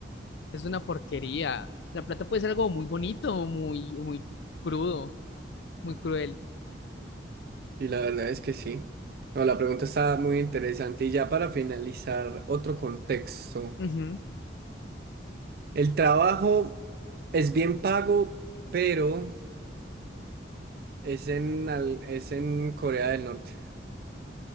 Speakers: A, on the left; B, on the right.
A: Es una porquería. La plata puede ser algo muy bonito, muy, muy crudo, muy cruel.
B: Y la verdad es que sí. No, la pregunta está muy interesante. Y ya para finalizar, otro contexto.
A: Ujú,
B: El trabajo es bien pago, pero es en, al- es en Corea del Norte.